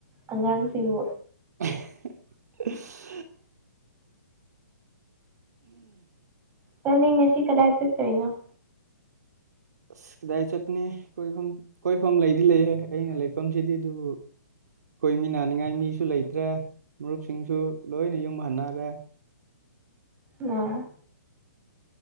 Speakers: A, on the right (about 15°); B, on the right (about 65°).
A: ꯑꯉꯥꯡꯁꯤꯡꯕꯨ
B: <inaudible>
A: ꯅꯪꯗꯤ ꯉꯁꯤ ꯀꯗꯥꯏ ꯆꯠꯇꫭꯏꯅꫭ
B: ꯑꯁ ꯀꯗꯥꯏ ꯆꯠꯀꯅꯤ ꯀꯣꯏꯐꯝ ꯀꯣꯏꯐꯝ ꯂꯩꯗꯤ ꯂꯩꯑꯦ ꯑꯩꯅ ꯂꯩꯐꯝꯁꯤꯗꯤ ꯑꯗꯨꯕꯨ ꯀꫭꯏꯃꯤꯟꯅꯅꯤꯡꯉꯥꯏ ꯃꯤꯁꯨ ꯂꯩꯇ꯭ꯔꯦ ꯃꯔꯨꯞꯁꯤꯡꯁꯨ ꯂꯣꯏꯅ ꯌꯨꯝ ꯍꯟꯅꯒ꯭ꯔꯦ
A: ꯑꯣ